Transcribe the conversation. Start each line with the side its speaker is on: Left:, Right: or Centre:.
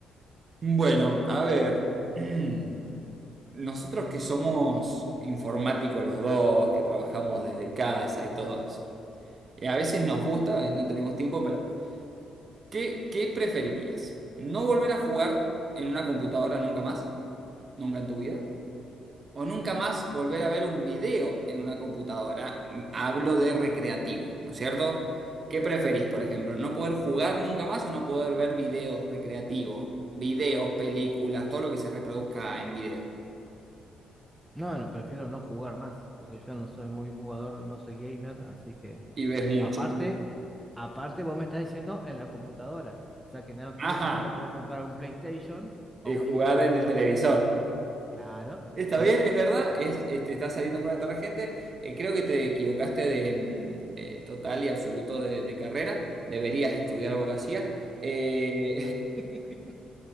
Right: Bueno, a ver. <clears throat> Nosotros que somos informáticos los dos, que trabajamos desde casa y todo eso. Y a veces nos gusta, eh, no tenemos tiempo, pero ¿qué, qué preferirías? ¿No volver a jugar en una computadora nunca más? ¿Nunca en tu vida? ¿O nunca más volver a ver un video en una computadora? Hablo de recreativo, ¿no es cierto? ¿Qué preferís, por ejemplo? ¿No poder jugar nunca más o no poder ver videos recreativos? Videos, películas, todo lo que se reproduzca en video.
Centre: No, no, prefiero no jugar más, porque yo no soy muy jugador, no soy gamer, así que
Right: Y ves mucho.
Centre: Aparte, aparte vos me estás diciendo en la computadora. O sea que no quiere
Right: Ajá.
Centre: decir que me puedo comprar un PlayStation o
Right: eh,
Centre: un
Right: jugar
Centre: Nintendo
Right: en el
Centre: 60.
Right: televisor.
Centre: Claro.
Right: Está
Centre: eh, ¿no?
Right: bien, es verdad, es, eh, te está saliendo por una tarjeta. Eh, creo que te equivocaste de mm, eh, total y absoluto de, de carrera. Deberías estudiar abogacía. Eh,
Centre: <laughs>